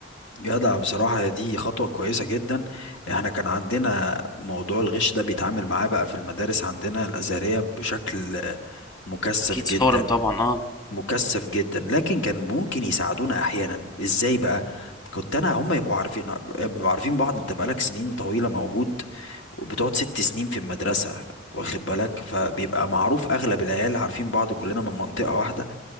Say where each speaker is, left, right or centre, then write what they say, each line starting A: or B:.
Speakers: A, on the left; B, on the left.
A: جدع بصراحة يا دي خطوة كويسة جدا احنا كان عندنا موضوع الغش ده بيتعامل معاه بقى في المدارس عندنا الأزهرية بشكل مكثف
B: اكيد
A: جدا
B: صارم طبعا اه
A: مكثف جدا لكن كان ممكن يساعدونا احيانا ازاي بقى كنت انا هم يبقوا عارفين يبقوا عارفين بعض انت بقالك سنين طويلة موجود وبتقعد ست سنين في المدرسة واخد بالك فبيبقى معروف اغلب العيال عارفين بعض كلنا من منطقة واحدة